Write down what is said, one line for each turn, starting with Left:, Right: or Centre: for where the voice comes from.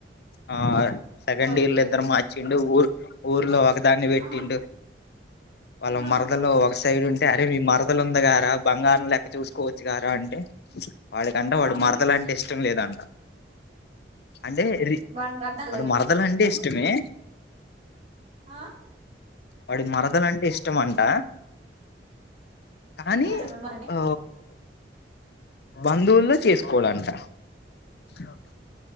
Left: ఆ సెకండ్
Right: ఓకే
Left: ఇయర్ లో
Right: ఓకే
Left: ఇద్దరు మార్చిండు ఊ ఊర్లో ఒక దాన్ని పెట్టిండు
Right: ఆ
Left: వాళ్ళ
Right: ఆ
Left: మరదలో ఒక సైడ్ ఉంటే అరే మరదలు ఉంద గారా బంగారం లెక్క చూసుకోవచ్చు గారా అంటే ఎదంట వాడు
Right: ఆ
Left: మరదలు అంటే ఇష్టం లేదంట అంటే ర
Right: వానికి అర్థం
Left: వాడు
Right: లేదు
Left: మరదలంటే ఇష్టం ఇష్టమే
Right: ఆ
Left: వాడి మరతలంటే ఇష్టం అంట కానీ
Right: ఆ ఇష్టమే మనండి
Left: ఆ బంధువుల్లో చేసుకోడంట హా